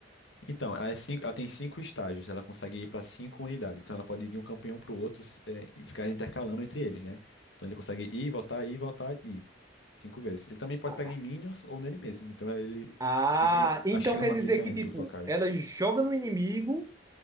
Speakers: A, on the left; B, on the right.
A: Então, ela, é cinco- ela tem cinco estágios, ela consegue ir para cinco unidades. Então ela pode ir de um campeão pro outro s- é, e ficar intercalando entre eles, né? Então ele consegue ir, voltar, ir, voltar, ir. Cinco vezes. Ele também pode
B: Ah,
A: pegar em minions ou nele mesmo. Então ele
B: Ah,
A: fica, em-
B: então
A: a chama
B: quer dizer
A: fica
B: que,
A: indo
B: tipo,
A: pros locais.
B: ela joga no inimigo,